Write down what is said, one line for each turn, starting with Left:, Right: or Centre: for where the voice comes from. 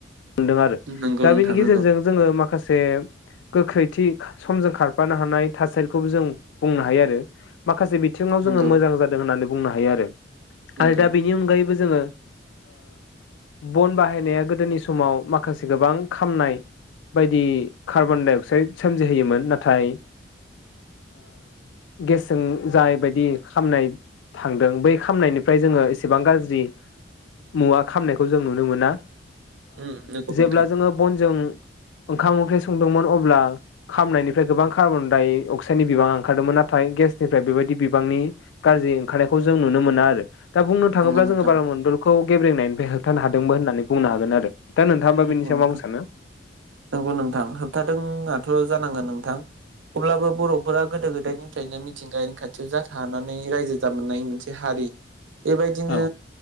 Left: मोनदों आरो
Right: नंगौ
Left: दा
Right: नोंथां
Left: बेनि गेजेरजों
Right: नंगौ
Left: जोङो माखासे गोख्रैथि। समजों खारफानो हानाय थासारिखौबो जों बुंनो हायो आरो मा माखासे बिथिङाव जोङो
Right: नंगौ
Left: मोजां जादों होननानै बुंनो हायो आरो
Right: नंगौ
Left: आरो दा बेनि अनगायैबो। जोङो बन बाहायनाया गोदोनि स समाव माखासे गोबां खामनाय। बायदि कार्बन डाइ अक्साइद सोमजिहोयोमोन नाथाय। गेसजों जाय बायदि खामनाय। थांदों बै खामनायनिफ्राय जोङो एसेबां गाज्रि। मुवा खामनायखौ जों नुनो मोना।
Right: उम नंगौ
Left: जेब्ला
Right: नोंथां
Left: जोङो बनजों। ओंखाम ओंख्रि संदोंमोन अब्ला खामनायनिफ्राय गोबां कार्बन डाइ अक्साइडनि बिबां ओंखारदोंमोन नाथाय गेस। निफ्राय बेबायदि बिबांनि गाज्रि ओंखारनायखौ जों नुनो मोना आरो। दा बुंनो थाङोब्ला
Right: नंगौ नोंथां
Left: जोङो बार मण्डलखौ गेब्रेंनायनिफ्राय होबथानो हादोंमोन होननानै बुंनो हागोन आरो। दा नोंथाङाबा बेनि
Right: गौ
Left: सायाव
Right: नोंथां
Left: मा बुंनो सानो
Right: नंगौ नोंथां होबथादोंआथ' जानाङा नों। नोंथां। अब्लाबो बर'फोरा गोदो गोदायनिफ्रायनो मिथिंगायारि खाथियाव जाथा हानानै रायजो जाबोनाय मोनसे। हारि बेबायदिनो।
Left: औ